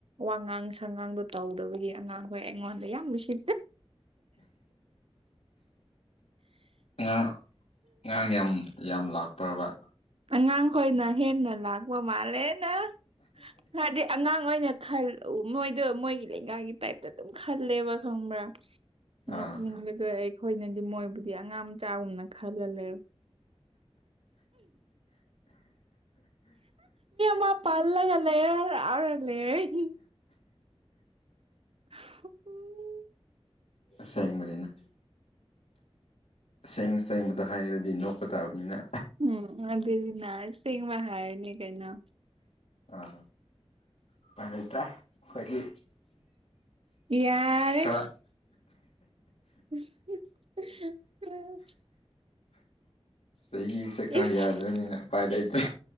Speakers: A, on the right (about 65°); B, on the left (about 85°).
A: ꯋꯥꯉꯥꯡ ꯁꯪꯉꯥꯡꯗꯣ ꯇꯧꯗꯕꯒꯤ ꯑꯉꯥꯡꯈꯣꯏ ꯑꯩꯉꯣꯟꯗ ꯌꯥꯝ ꯅꯨꯡꯁꯤ
B: ꯑꯉꯥꯡ ꯉꯥꯡ ꯌꯥꯝ ꯌꯥꯝ ꯂꯥꯛꯄ꯭ꯔꯕ
A: ꯑꯉꯥꯡ ꯈꯣꯏꯅ ꯍꯦꯟꯅ ꯂꯥꯛꯄ ꯃꯥꯜꯂꯦꯅ ꯍꯥꯏꯗꯤ ꯑꯉꯥꯡ ꯑꯣꯏꯅ ꯈꯜ ꯎ ꯃꯣꯏꯗ ꯃꯣꯏꯒꯤ ꯂꯩꯀꯥꯏꯒꯤ ꯇꯥꯏꯞ ꯑꯗꯨꯝ ꯈꯜꯂꯦꯕ ꯈꯪꯕ꯭ꯔꯥ꯫
B: ꯑꯥ
A: ꯅꯣꯛꯅꯤꯡꯕꯗꯣ ꯑꯩꯈꯣꯏꯅꯗꯤ ꯃꯣꯏꯕꯨꯗꯤ ꯑꯉꯥꯡꯝ ꯆꯥꯒꯨꯝꯅ ꯈꯜꯂ ꯂꯩꯔ ꯃꯥ ꯄꯜꯂꯒ ꯂꯦꯌꯦꯔ ꯑꯜ ꯂꯩꯔꯦ꯫ ꯎꯝ
B: ꯑꯁꯦꯡꯕꯅꯦꯅ ꯑꯁꯦꯡ ꯆꯪꯕꯗ ꯍꯥꯏꯔꯗꯤ ꯅꯣꯛꯄ ꯇꯥꯕꯅꯤꯅ
A: ꯎꯝ ꯑꯗꯨꯗꯤꯅꯥ ꯁꯁꯤꯡꯕ ꯍꯥꯏꯅꯤ ꯀꯩꯅꯣ
B: ꯑꯥ ꯎꯄꯥꯏꯂꯩꯇ꯭ꯔꯦ ꯑꯈꯣꯏꯗꯤ꯫
A: ꯌꯥꯔꯦ
B: ꯈꯔ
A: ꯎ
B: ꯆꯍꯤꯁꯦ
A: ꯏꯁ
B: ꯈꯔ ꯌꯥꯗꯕꯅꯤꯅ ꯎꯄꯥꯏ ꯂꯩꯇ꯭ꯔꯦ꯫